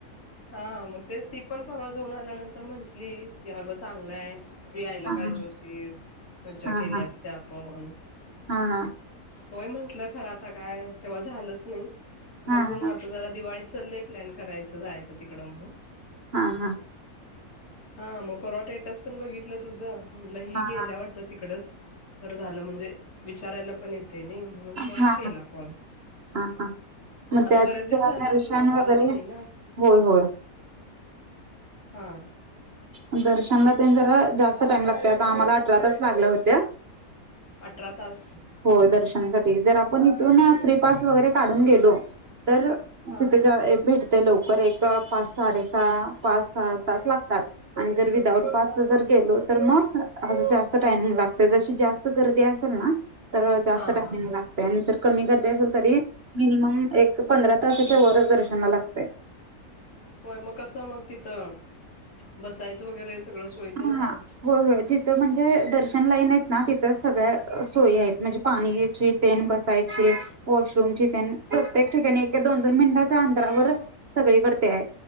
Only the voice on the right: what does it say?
हा
हा
हा
हा
हा हा
हा
हा
हा हा हा
हा
हा हा
हा हा मग
त्याच
दर्शन
वगैरे
होय होय
ह दर्शनला तेन जरा जास्त टाइम लागतय आम्हाला अठरा तास लागल होते.
हो दर्शनासाठी जर आपण इथून फ्री पास वगैरे काढून गेलो तर
तिथेच्या
एक भेटतय लवकर एक पाच साडेसहा पाच सहा तास लागतात. आणि जर विदाउट पासच जर गेलो तर मग अस जास्त टायमिंग लागतय जशी जास्त गर्दी असेल ना तर जास्त
टायमिंग
लाग तय आणि जर कमी गर्दी असेल तरी मिनिमम एक पंधरा तासाच्या वरच दर्शनाला लागतय.
हा
हा हो होय त तर म्हणजे दर्शन लाईन आहेत ना तिथं सगळ्या सोयी आहेत म्हणजे पाणीची तेन बसायची वॉशरूमची तेन प्रत्येक ठिकाणी एक एका दोन दोन मिनिटाच्या अंतरावर सगळीकड ते आहे.